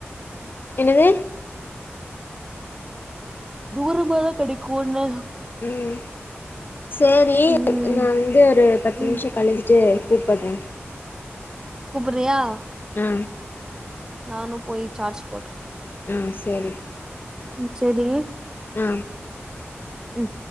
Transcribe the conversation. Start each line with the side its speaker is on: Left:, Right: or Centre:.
Left: என்னது
Right: தூரமா தா கெடைக்கூன்னே
Left: ம் சேரி
Right: ம்
Left: நா வந்து ஒரு பத்து
Right: ம்
Left: நிமிஷோ கழிஞ்சிட்டு கூப்பட்றே
Right: கூப்புர்றியா
Left: ஆ
Right: நானு போய் சார்ஜ் போட்ற்
Left: ம் செரி
Right: ம் செரி
Left: ஆ
Right: ம்